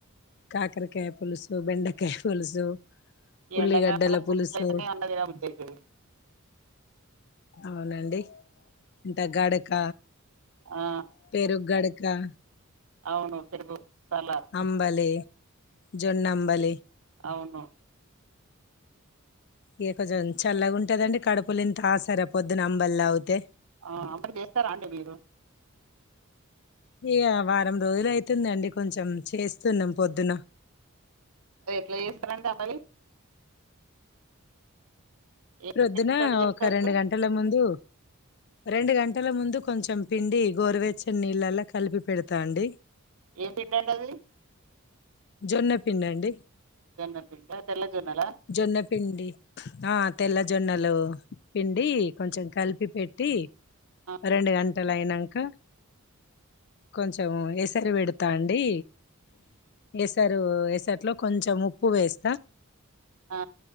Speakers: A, on the left; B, on the right.
A: కాకరకాయ పులుసు బెండకాయ పులుసు
B: ఈ
A: ఉల్లిగడ్డల
B: ఎండకాల పూర్చల
A: పులుసు
B: అ దిన బుద్ధి అవుతాది
A: అవునండి ఇంట గడక
B: ఆ
A: పెరుగు గడక కా
B: అవును పెరుగు సలాడ్
A: అంబలి జొన్న అంబలి
B: అవును
A: ఇక కొంచం చల్లగా ఉంటాదండి కడుపులు ఇంత ఆ సరపోద్దున అంబలి తాగితే
B: ఆ అంబలి చేస్తారా అండి మీరు
A: ఇగ వారం రోజులు అయితుందండి కొంచెం చేస్తున్నాం పొద్దున
B: అదీ ఎట్లా చేస్తారంటడి అంబలి ఏం
A: ప్రొద్దున
B: పిండి తోటి చేస్తారు
A: ఒక రెండు గంటల ముందు రెండు గంటల ముందు కొంచెం పిండి గోరువెచ్చని నీళ్ళలా కలిపి పెడతా అండి
B: ఏం పిండి అండి అది
A: జొన్న పిండి అండి
B: జొన్న పిండా తెల్ల జొన్నలా
A: జొన్నపిండి ఆ తెల్ల జోన్నలు పిండి కొంచం కలిపి పెట్టి
B: ఆ
A: రెండు గ నెల అయినాంక కొంచెం ఏసరి పెడతా అండి ఎసరు ఎసర్లో కొంచెం ఉప్పు వేస్తా
B: ఆ